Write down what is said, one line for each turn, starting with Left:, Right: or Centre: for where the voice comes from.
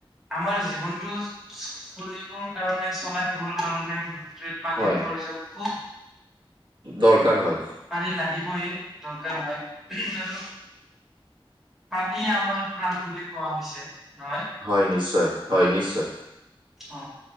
Centre: আমাৰ জীৱনতটো চলিবৰ, কাৰণে চলাই নিবৰ কাৰণে। পানীৰ
Right: হয়
Centre: প্ৰয়োজন খুব
Right: দৰকাৰ হয়।
Centre: পানী লাগিবইে, দৰকাৰ হয় আৰু। পানী আমাৰ প্ৰাণ বুলি কোৱা হৈছে, নহয়।
Right: হয় নিশ্চয়, হয় নিশ্চয়।
Centre: অ,